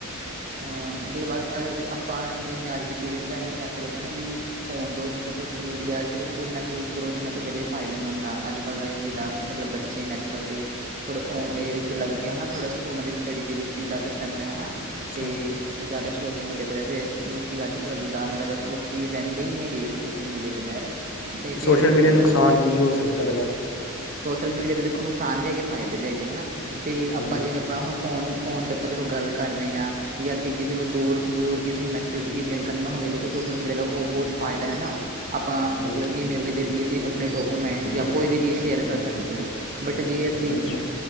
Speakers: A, on the right; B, on the left.
A: ਅਹ ਮਤਲਬ ਅ ਆਪਾਂ ਜਿਵੇਂ ਅੱਜ ਦੀ ਪੀੜ੍ਹੀ ਨੂੰ ਤਾਂ ਇਹ ਕਹਿ ਸਕਦੇ ਨਾ ਵੀ ਫੋਨ ਤੋਂ ਮਤਲਬ ਸੋਸ਼ਲ ਮੀਡੀਆ ਸਿਰਫ ਉਓਨਾ ਹੀ ਯੂਜ ਕਰੋ, ਜਿੰਨਾ ਤੁਹਾਡੇ ਲਈ ਫ਼ਾਇਦੇਮੰਦ ਆ। ਅੱਜ ਅ ਜਿਹੜਾ ਮਤਲਬ ਬੱਚੇ ਨੇ ਅੱਜ ਕੱਲ੍ਹ ਦੇ ਥੋੜੇ ਫੋਨ ਦੇ ਵਿੱਚ ਲੱਗ ਕੇ ਹਨਾ, ਥੋੜ੍ਹਾ ਉਹਨਾਂ ਦੀ ਸਟੱਡੀ ਤੇ ਵੀ ਇਸ ਚੀਜ਼ ਦਾ ਅਸਰ ਪੈਂਦਾ ਹੈਨਾ।
B: ਅੱਛਾ
A: ਤੇ ਜ਼ਿਆਦਾ ਸੋਸ਼ਲ ਮੀਡੀਆ ਤੇ ਵੈਸੇ ਲੋਕੀ ਅੱਜ ਕਲ ਦਾ ਮਤਲਬ ਲੋਕੀ ਰਹਿੰਦੇ ਹੀ ਨੀ ਹੈਗੇ। ਸੋ ਮੀਡੀਆ ਬਗੈਰ। ਅਤੇ
B: ਸੋਸ਼ਲ
A: ਫਿਰ
B: ਮੀਡੀਆ
A: ਮਤਲਬ
B: ਨੂੰ ਨੁਕਸਾਨ ਕੀ ਹੋ ਸਕਦਾ?
A: ਸੋਸ਼ਲ ਮੀਡੀਆ ਦੇ ਦੇਖੋ ਨੁਕਸਾਨ ਵੀ ਹੈਗੇ, ਫਾਇਦੇ ਵੀ ਹੈਗੇ ਹਨਾ, ਤੇ
B: ਹੂੰ
A: ਆਪਾਂ ਜਿਵੇਂ ਆਪਣਾ ਹੁਣ ਫੋਨ-ਫੋਨ ਤੇ ਆਪਾਂ ਦੇਖੋ ਗੱਲ ਕਰ ਰਹੇ ਹਾਂ। ਜਾਂ ਅਸੀਂ ਕਿਸੇ ਨੂੰ ਦੂਰ- ਦੂਰ ਕਿਸੇ ਨੂੰ ਮੈਸੇਜ ਈਮੇਲ ਕਰਨਾ ਹੋਵੇ ਦੇਖੋ ਸੋਸ਼ਲ ਮੀਡੀਆ ਦਾ ਉਹ ਬਹੁਤ ਫਾਇਦਾ ਹੈ ਨਾ। ਆਪਾਂ ਮਤਲਬ
B: ਹੂੰ
A: ਈਮੇਲ ਦੇ ਜ਼ਰੀਏ ਅਸੀਂ ਆਪਣੇ ਡਾਕੂਮੈਂਟ ਜਾਂ ਕੋਈ ਵੀ ਚੀਜ਼ ਸ਼ੇਅਰ ਕਰ ਸਕਦੇ ਹਾਂ। ਬਟ ਜੇ ਅਸੀਂ
B: ਅੱਛਾ